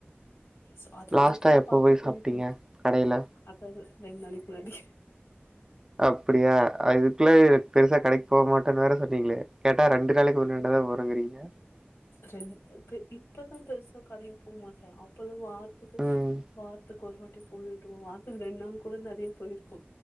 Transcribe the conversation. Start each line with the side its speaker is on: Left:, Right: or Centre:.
Left: சோ அதல்லாம்
Right: லாஸ்ட்டா
Left: இப்பல்லாம்
Right: எப்போ
Left: பாத்து
Right: போய்
Left: போணும்
Right: சாப்ட்டீங்க
Left: போல
Right: கடையில?
Left: அத ரெண்டு நாளைக்கு முன்னாடி
Right: அப்புடியா அதுக்குள்ள பெருசா கடைக்கு போமாட்டேன்னு வேற சொன்னீங்களே கேட்டா ரெண்டு நாளைக்கு ஒரு தடவ தா வரும் போனங்கறீங்க
Left: ரெண்ட் இப்பதா பெருசா கடைக்கு போ மாட்டேன் அப்பல்லாம் வாரத்துக்கு
Right: ம்
Left: வாரத்துக்கு ஒரு வாட்டி போயிடுவோம் வாரத்துக்கு ரெண்டு நாள் கூட நிறைய போயிருக்கோ